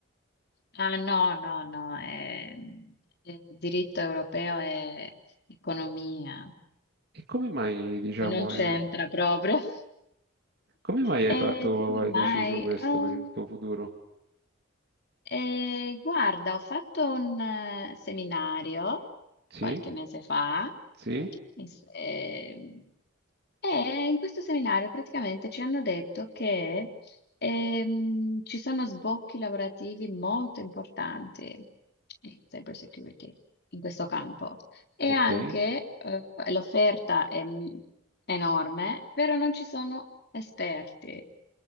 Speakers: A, on the left (about 50°); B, on the right (about 50°).
A: Ah, no, no, no, è- il diritto europeo è economia,
B: E come mai, diciamo,
A: non c'entra
B: eh,
A: proprio. <laughs>
B: come mai hai
A: E
B: fatto,
A: come
B: hai
A: mai?
B: deciso questo
A: Oh,
B: per il tuo futuro?
A: eh, guarda, ho fatto un eh, seminario
B: Sì,
A: qualche mese fa,
B: sì,
A: in s- ehm, E in questo seminario praticamente ci hanno detto che ehm, ci sono sbocchi lavorativi molto importanti in cyber security, in questo campo. E
B: ok,
A: anche eh, l'offerta è mm, enorme, però non ci sono esperti.